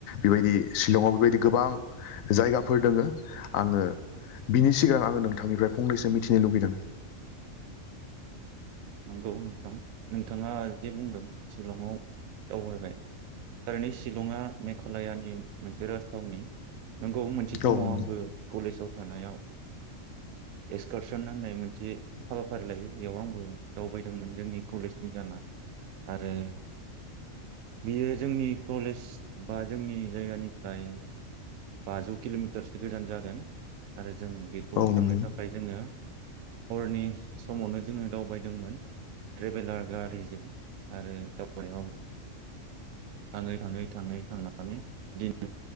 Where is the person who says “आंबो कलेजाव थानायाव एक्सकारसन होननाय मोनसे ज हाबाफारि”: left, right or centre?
Right